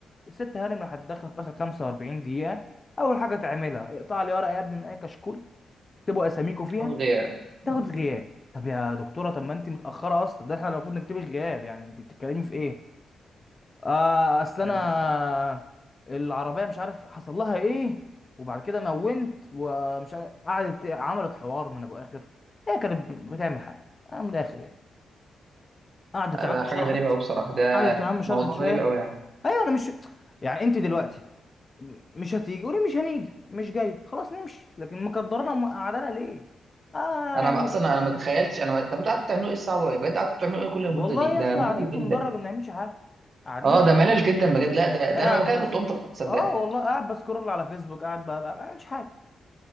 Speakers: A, on the left; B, on the right.
A: الست هانم راح تدخل في اخر 45 دقيقه اول حاجه تعملها اقطع لي ورقه يا ابني من اي كشكول اكتبوا اساميكم فيها
B: حضور غياب
A: تاخد
B: مم.
A: غياب طب يا دكتوره طب ما انت متاخره اصلا ده احنا المفروض نكتب الغياب يعني انت بتتكلمي في ايه آه اصل انا
B: لا
A: العربيه مش عارف حصل لها ايه وبعد كده مونت ومش عارف قعدت عملت حوار من ابو اخر هي كانت ب- بتعمل حاجه آه، من الاخر يعني قعدت
B: لا
A: يا
B: ده
A: عم شرحت
B: حاجة غريبة أوي بصراحة ده
A: قعدت يا عم شرحت
B: موضوع
A: شويه
B: غريب أوي يعني
A: ايوه انا مش يعني انت دلوقتي مش هتيجي وليه مش هنيجي مش جاي خلاص نمشي لكن مكدرنا ومقعدنا ليه اه
B: أنا
A: هنعمل
B: ما-
A: ايه
B: أصلا
A: بقى
B: أنا ما تخيلتش أنا ما... طب أنتوا قعدتوا تعملوا إيه الساعة وربع؟ بجد قعدتوا تعملوا إيه كل المدة
A: والله
B: دي؟ ده
A: يا اسطى
B: ملل
A: قاعدين في
B: جدا
A: المدرج ما بنعملش حاجه قاعدين
B: اه
A: ما
B: ده ملل
A: بنعملش
B: جدا
A: حاجه
B: بجد لا ده, ده
A: قاعد
B: أنا لو مكانك
A: بس
B: كنت قمت أصلاً، صدقني
A: اه والله قاعد بسكرول على فيسبوك قاعد ب- ب- ما بعملش حاجه